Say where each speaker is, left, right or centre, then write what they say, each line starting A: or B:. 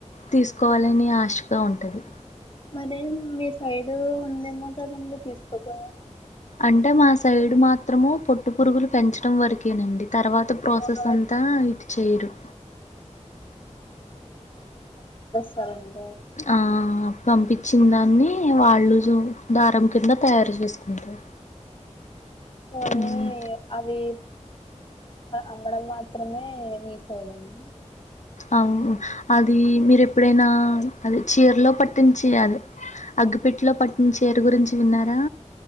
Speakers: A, on the left; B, on the left.
A: తీసుకోవాలని ఆశగా ఉంటది
B: మరి మీ సైడ్ ఉందేమో కదీ తీసుకోదం
A: అంటే మా సైడ్ మాత్రము పొట్టు పురుగులు పెంచడం వరకేనండి తర్వాత ప్రాసెస్
B: అవర్
A: అంతా ఇటు చేయరు
B: పరండి
A: ఆ పంపించిన దాన్ని వాళ్ళు దారం కింద తయారు చేసుకుంటారు
B: కొన్ని
A: మ్మ్
B: అవి అమ్మడం మాత్రమే మీ సైడ్ అండి
A: అవు అది మీర ఎప్పుడైనా ఆది చీరలో పట్టించి అద అగ్గిపెట్లో పట్టిన చీర గురించి విన్నారా